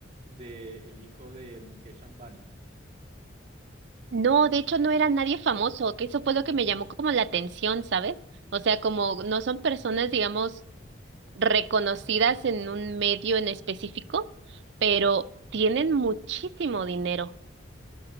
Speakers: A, on the right; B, on the right.
A: del hijo de Mukesh Ambani.
B: No, de hecho no era nadie famoso, que eso fue lo que me llamó como la atención, ¿sabes? O sea, como no son personas, digamos, reconocidas en un medio en específico, pero tienen muchísimo dinero.